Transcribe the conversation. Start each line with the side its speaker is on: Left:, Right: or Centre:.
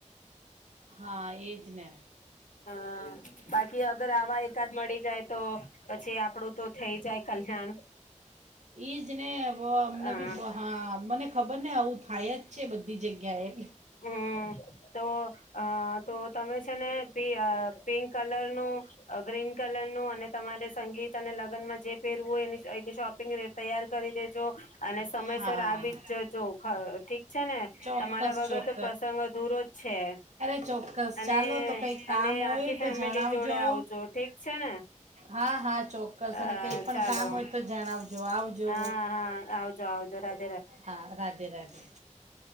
Right: હા એજ ને
Left: હમ બાકી અગર આવા એકાદ મળી જાય તો પછી આપડું તો થઇ જાય કલ્યાણ
Right: ઈજ ને અમને
Left: અ
Right: બી હા મને ખબર ખબર ને આવું થાય જ છે બધી જગ્યા એ
Left: હમ તો અ તો તમે છે ને પિંક કલર નું ગ્રીન કલન. અને તમારે સંગીત અને લગ્નમાં જે પહેરવું હોય એની એની શોપિંગ તૈયાર કરી દેજો અને સમયસર
Right: હા
Left: આવી જ જજો ઠીક છે ને
Right: ચોક્કસ
Left: તમારા વગર તો
Right: અરે
Left: પ્રસંગ અધૂરો જ છે
Right: ચોક્કસ
Left: અને
Right: ચાલો તો કઈ કામ
Left: અને
Right: હોય
Left: આખી
Right: તો
Left: ફેમિલી
Right: જણાવજો
Left: જોડે આવજો ઠીક છે ને
Right: હા, હા ચોક્કસ
Left: અ
Right: અને કઈ પણ
Left: ચાલો
Right: કામ હોય તો જણાવજો આવજો
Left: હા, હા, આવજો આવઉજ. જરાક
Right: હા રાધે રાધે